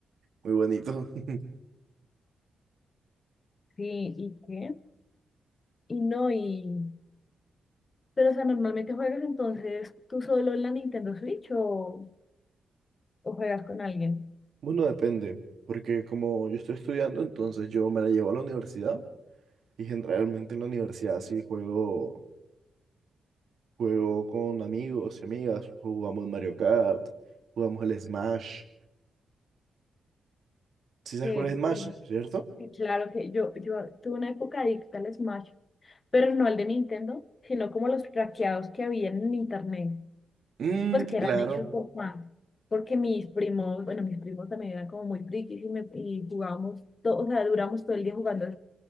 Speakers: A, on the right; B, on the left.
A: muy bonito. <laughs>
B: Sí, ¿y qué? Y no, y... Pero, o sea, normalmente juegas entonces tú solo en la Nintendo Switch o, o juegas con alguien.
A: Bueno, depende, porque como yo estoy estudiando, entonces yo me la llevo a la universidad y generalmente en la universidad sí juego. Juego con amigos y amigas, jugamos Mario Kart, jugamos el Smash. ¿Sí sabes
B: Que,
A: cuál es Smash,
B: que,
A: cierto?
B: que claro que yo, yo tuve una época adicta al Smash, pero no al de Nintendo, sino como los traqueados que había en internet.
A: Mm,
B: Pues que eran
A: claro,
B: hechos por Juan, porque mis primos, bueno, mis primos también eran como muy frikis y, me- y jugábamos, todo, o sea, duramos todo el día jugando,